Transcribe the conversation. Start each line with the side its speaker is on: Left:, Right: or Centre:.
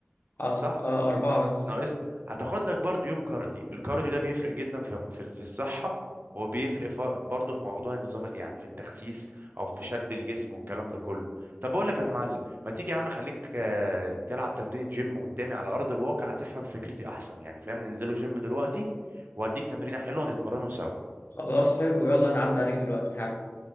Left: أص...
Right: صح
Left: آه اربعه بس
Right: ناقص لك هتاخد لك برضو يوم كارديو الكارديو ده بيفرق جدا في في في الصحة وبيفرق ف- برضو في موضوع النظام ال- يعني في التخسيس او في شد الجسم والكلام ده كله طب بقول لك يا معلم ما تيجي يا عم خليك آه، تلعب تمرين جيم قدامي على ارض الواقع هتفهم فكرتي احسن يعني فاهم ننزلوا جيم دلوقتي واديك تمرينة حلوة ونتمرنوا سوا
Left: خلاص حلو يلا انا عدى عليك دلوقتي حاجه